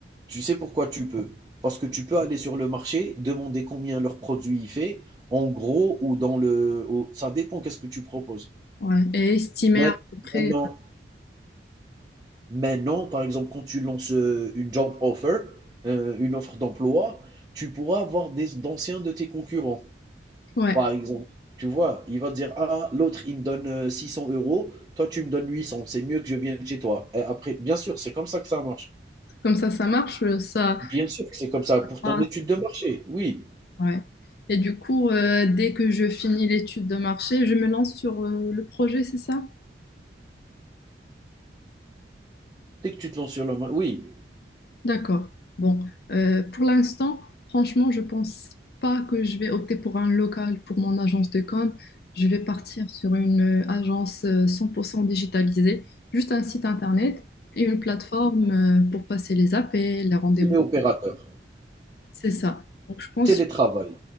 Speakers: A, on the right; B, on the left.
A: tu sais pourquoi tu peux? Parce que tu peux aller sur le marché, demander combien leur produit il fait, en gros ou dans le au ça dépend qu'est-ce que tu proposes.
B: Ouais. Et estimer
A: Maint
B: à peu près,
A: maintenant maintenant, par exemple, quand tu lances, heu, une job offer, heu, une offre d'emploi, tu pourras avoir des d'anciens de tes concurrents.
B: ouais,
A: Par exemple, tu vois? Il va te dire: «Ah, l'autre, il me donne, euh, 600 euros, toi, tu me donnes 800, c'est mieux que je vienne chez toi» et après bien sûr, c'est comme ça que ça marche.
B: comme ça, ça marche, ça,
A: Bien sûr que c'est comme ça, pour
B: ça-
A: ton étude de marché, oui.
B: Ouais. Et du coup, euh, dès que je finis l'étude de marché, je me lance sur euh, le projet, c'est ça?
A: Dès que tu te lances sur le ma oui,
B: D'accord. Bon, Euh, pour l'instant, franchement, je pense pas que je vais opter pour un local pour mon agence de com. Je vais partir sur une euh, agence euh, 100% digitalisée, juste un site internet et une plateforme euh, pour passer les appels, les rendez-vous.
A: téléopérateur,
B: C'est ça. Donc, je pense,
A: télétravail.